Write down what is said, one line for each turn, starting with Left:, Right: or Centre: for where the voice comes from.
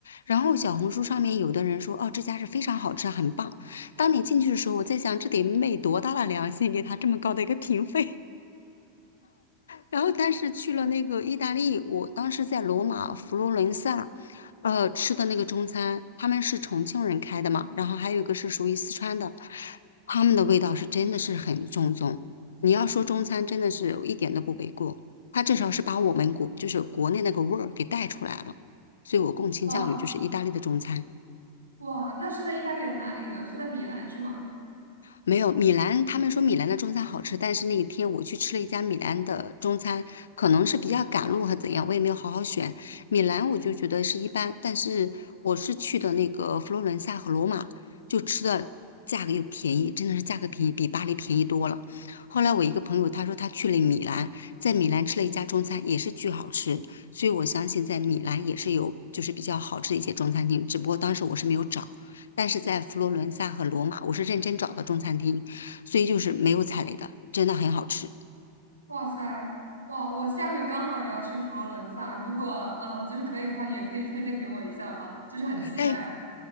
Left: 然后小红书上面有的人说，哦，这家是非常好吃，很棒。当你进去的时候，我在想，这得昧多大的良心，给他这么高的一个评分？然后但是去了那个意大利，我当时在罗马、佛罗伦萨，呃，吃的那个中餐，他们是重庆人开的嘛，然后还有一个是属于四川的，他们的味道是真的是很正宗。你要说中餐，真的是一点都不为过，它至少是把我们国就是国内那个味儿给带出来了，所以我更倾向于就是意大利的中餐。
Right: 哇。哇，那是在意大利的哪里呢？是在米兰是吗？
Left: 没有，米兰，他们说米兰的中餐好吃，但是那一天我去吃了一家米兰的中餐，可能是比较赶路还怎样，我也没有好好选。米兰我就觉得是一般，但是我是去的那个佛罗伦萨和罗马，就吃的价格又便宜，真的是价格便宜，比巴黎便宜多了。后来我一个朋友他说他去了米兰，在米兰吃了一家中餐，也是巨好吃，所以我相信在米兰也是有就是比较好吃的一些中餐厅，只不过当时我是没有找。但是在佛罗伦萨和罗马，我是认真找到中餐厅，所以就是没有踩雷的，真的很好吃。
Right: 哇塞，哇，我下个月刚好也要去佛罗伦萨，如果呃就是可以的话，也可以推荐给我一下吗？就是很期待啊。
Left: 但